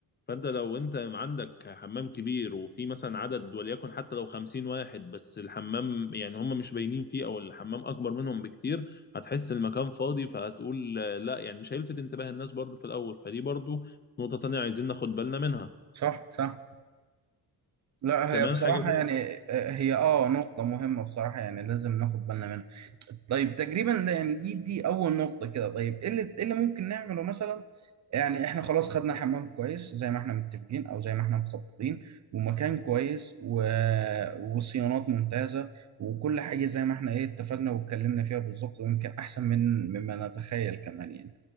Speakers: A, on the left; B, on the right.
A: فانت لو انت عندك حمام كبير وفي مثلا عدد وليكن حتى لو 50 واحد بس الحمام يعني هم مش باينين فيه او الحمام اكبر منهم بكتير هتحس المكان فاضي فهتقول آه، لا يعني مش هيلفت انتباه الناس برضو في الاول فدي برضو نقطة تانية عايزين ناخد بالنا منها
B: صح صح لا
A: كمان
B: هي بصراحة
A: حاجة تانية
B: يعني آه، هي اه نقطة مهمة بصراحة يعني لازم ناخد بالنا منها طيب تقريبا ده يعني دي دي أول نقطة كده طيب ايه اللي إيه اللي ممكن نعمله مثلا يعني احنا خلاص خدنا حمام كويس زي ما احنا متفقين أو زي ما احنا مخططين ومكان كويس و... وصيانات ممتازة وكل حاجة زي ما احنا ايه اتفقنا واتكلمنا فيها بالظبط ويمكن أحسن من مما نتخيل كمان يعني